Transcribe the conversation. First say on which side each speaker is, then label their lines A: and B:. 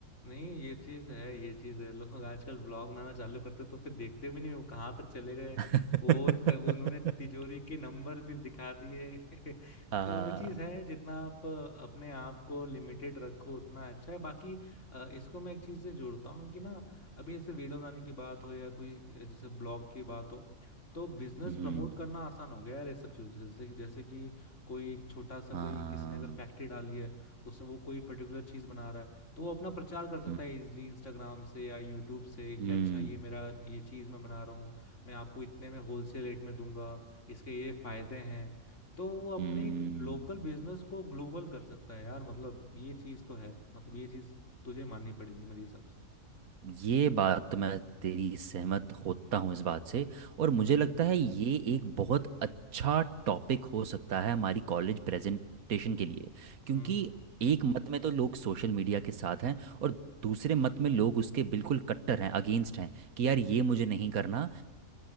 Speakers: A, on the left; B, on the right.
A: नहीं ये चीज है ये चीज है लोग आजकल ब्लॉग बनाना चालू करते तो फिर देखते भी नहीं वो कहाँ तक चले गए
B: <laughs>
A: वो तब उन्होंने तिजोरी के नंबर भी दिखा दिए <laughs>
B: हाँ
A: तो वो चीज है जितना आप अपने आप को लिमिटेड रखो उतना अच्छा है बाकी अ, इसको मैं एक चीज से जोड़ता हूँ कि ना अभी जैसे वीडियो बनाने की बात हो या कोई अ, जैसे ब्लॉग की बात हो तो बिजनेस
B: हम्म
A: प्रमोट करना आसान हो गया यार ये सब चीजों से जैसे जैसे कि कोई एक छोटा सा
B: हाँ
A: कोई किसी ने अगर फैक्ट्री डाली है उसमें वो कोई पर्टिकुलर चीज बना रहा है तो वो अपना प्रचार कर सकता
B: हम्म
A: है इजिली इंस्टाग्राम से या यूट्यूब से कि
B: हम्म,
A: अच्छा ये मेरा ये चीज मैं बना रहा हूँ मैं आपको इतने में होलसेल रेट में दूंगा इसके ये फायदे हैं तो वो अपने
B: हम्म,
A: एक लोकल बिजनेस को ग्लोबल कर सकता है यार मतलब ये चीज तो है मतलब ये चीज तुझे माननी पड़ेगी मेरे हिसाब से
B: ये बात तो मैं तेरी सहमत होता हूँ इस बात से और
A: हम्म
B: मुझे लगता है ये एक बहुत अच्छा टॉपिक हो सकता है हमारी कॉलेज प्रेजेंटेशन के लिए क्योंकि
A: हम्म
B: एक मत में तो लोग सोशल मीडिया के साथ हैं और दूसरे मत में लोग उसके बिल्कुल कट्टर हैं अगेंस्ट हैं कि यार ये
A: हम्म
B: मुझे नहीं करना